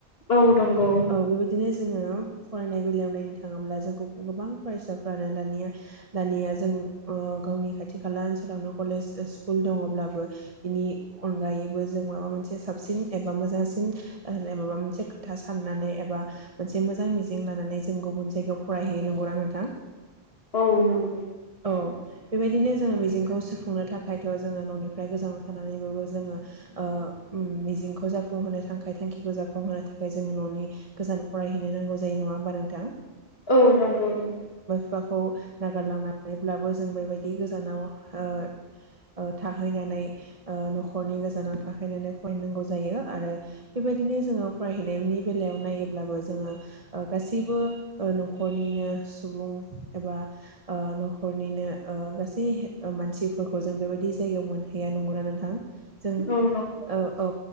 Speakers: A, on the left; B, on the right.
A: औ नंगौ
B: औ बेबायदिनो जोङो फरायनाय बेलायाव नायनो थाङोब्ला जों गुब गोबां फरायसाफ्रानो दानिया दानिया जों ओ गावनि खाथि खाला ओनसोलावनो कलेज ओ स्कुल दङ'ब्लाबो बिनि अनगायैबो जों माबा मोनसे साबसिन एबा मोजांसिन <unintelligible> ओ माबा मोनसे खोथास साननानै एबा मोनसे मोजां मिज जिं लानानै जों गुबुन जायगायाव फरायहैयो नंगौना नोंथां?
A: औ नंगौ
B: औ बेबायदिनो जोङो मिजिंखौ सुफुंनो थाखायथ' जोङो न'निफ्राय गोजानाव थानानैबाबो जोङो ओ उम मिजिंखौ जाफुंहोनो थाखाय थांखिखौ जाफुंहोनो थाखाय जोङो न'नि गोजान फरायहैनो नांगौ जायो नङा होमबा नोंथां
A: औ नंगौ नंगौ
B: फाखौ नागारलांना बेब्लाबो जों बेबायदि गोजानाव ओ ओ थाहैनानै ओ न'खरनि गोजानाव थाहैनानै फरायनांगौ जायो आरो बेबायदिनो जोङो फरायहैनायनि बेलायाव नायोब्लाबो जोङो ओ गासैबो ओ न'खरनिनो सुबुं एबा ओ न' खरनिनो ओ गासै ओ मानसिफोरखौ जों बेबायदि जायगायाव मोनहैया नंगौना नोंथां? जों
A: औ नंगौ
B: ओ औ